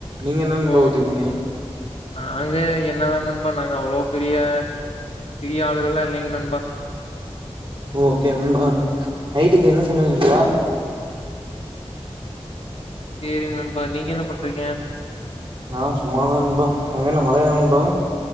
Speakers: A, on the right; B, on the left.
A: நீங்க என்ன நண்பா
B: ஓ!
A: ஊத்துவீங்க
B: நாங்க எண்ணதா நண்பா நாங்க அவ்ளோ பெரிய பெரிய ஆளுகள்லாம் இல்லைங்க நண்பா.
A: ஓகே பா நைட்டுக்கு என்ன சமயல் நண்பா
B: சேரிங்க நண்பா நீங்க என்ன பண்றீங்க
A: நா சும்மாதா நண்பா அங்க என்ன மலையா நண்பா